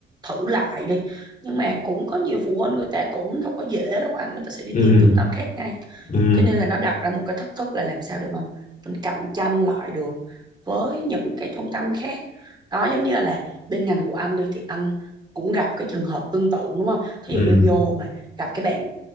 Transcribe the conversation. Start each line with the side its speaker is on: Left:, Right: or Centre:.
Right: thử lại đi nhưng mà cũng có nhiều phụ huynh người ta cũng đâu có dễ đâu anh người ta sẽ đi
Left: ừ
Right: tìm trung tâm khác ngay
Left: ừ
Right: cho nên là nó đặt ra một cái thách thức là làm sao để mà mình cạnh tranh lại được với những cái trung tâm khác đó giống như là, là bên ngành của anh đi thì anh cũng gặp cái trường hợp tương tự đúng không thí
Left: ừ
Right: dụ như
Left: ừ.
Right: vô mà gặp cái bạn